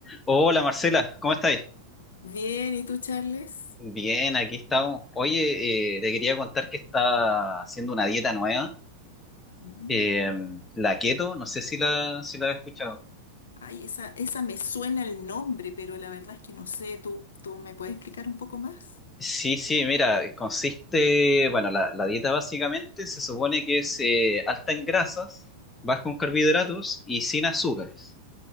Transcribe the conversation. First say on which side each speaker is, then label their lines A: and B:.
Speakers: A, on the left (about 15°); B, on the left (about 65°).
A: Hola Marcela, ¿cómo estáis?
B: Bien, ¿y tú, Charles?
A: Bien, aquí estamos. Oye, eh, te quería contar que está haciendo una dieta nueva,
B: Mm.
A: eh, la keto, no sé si la, si la has escuchado.
B: Ay, esa, esa me suena el nombre, pero la verdad es que no sé. ¿Tú, tú me puedes explicar un poco más?
A: Sí, sí, mira, consiste, bueno, la, la dieta básicamente se supone que es eh, alta en grasas, baja en carbohidratos y sin azúcares.